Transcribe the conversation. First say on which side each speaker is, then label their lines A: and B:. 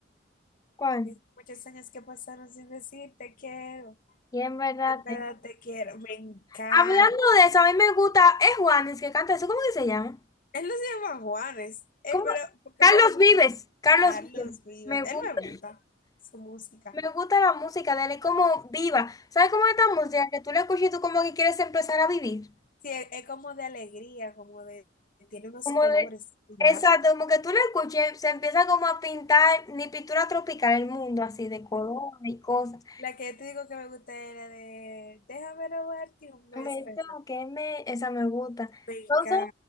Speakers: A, on the left; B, on the left.
A: ¿Cuál?
B: que Muchos años que pasaron sin decir te quiero.
A: Y en verdad,
B: En verdad
A: te-
B: te quiero. Me encanta.
A: Hablando de eso, a mí me gusta, es Juanes que canta eso, ¿cómo que se llama?
B: Él no se llama Juanes. eh,
A: ¿Cómo?
B: pero, porque
A: Carlos
B: Juanes es
A: Vives, Carlos
B: Carlos
A: Vives.
B: Vives.
A: Me gusta,
B: Él me gusta su música.
A: me gusta la música de él, es como viva. ¿Sabes cómo es esta música? Que tú la escuchas y tú como que quieres empezar a vivir.
B: Sí, es, es como de alegría, como de... Tiene unos
A: Como
B: colores
A: de,
B: vibrantes.
A: exacto, como que tú la escuches, se empieza como a pintar, ni pintura tropical, el mundo así de color y cosas.
B: La que yo te digo que me gusta era de... Déjame robarte un beso.
A: Beto,
B: Esa.
A: que me, esa me gusta.
B: Venga,
A: Entonces,